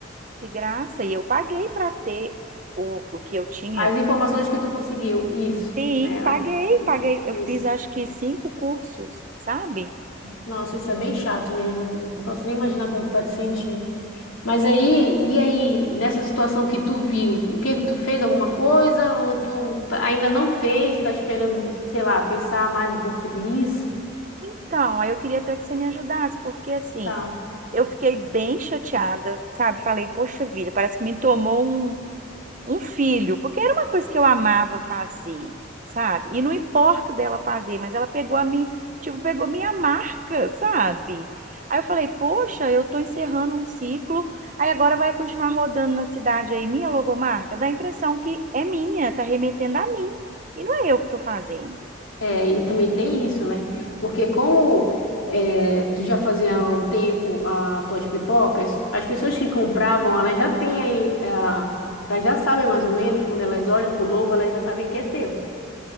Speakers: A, on the right; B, on the left.
A: de graça, e eu paguei para ter o, o que eu tinha.
B: As informações que tu conseguiu, isso,
A: Sim,
B: né?
A: paguei,
B: É,
A: paguei. Eu
B: Isso.
A: fiz acho que cinco cursos, sabe?
B: Nossa, isso é bem chato mesmo. Não posso nem imaginar como tu tá te sentindo. Mas aí, e aí, nessa situação que tu viu, o que que tu fez? Alguma coisa? Ou tu ainda não fez, tá esperando, sei lá, pensar mais um pouco sobre isso?
A: Então, aí eu queria até que você me ajudasse, porque assim,
B: Tá.
A: eu fiquei bem chateada, sabe? Falei, poxa vida, parece que me tomou um, um filho, porque era uma coisa que eu amava fazer, sabe? E não importa dela fazer, mas ela pegou a minha, tipo, pegou minha marca, sabe? Aí eu falei, poxa, eu tô encerrando um ciclo, aí agora vai continuar rodando na cidade aí, minha logomarca, dá a impressão que é minha, tá remetendo a mim, e não é eu que tô fazendo.
B: É, e também tem isso, né? Porque como é, tu já fazia há um tempo as tuas pipocas, as pessoas que compravam, elas já têm aí, ah, elas já sabem mais ou menos, quando elas olham pro logo, elas já sabem que é teu.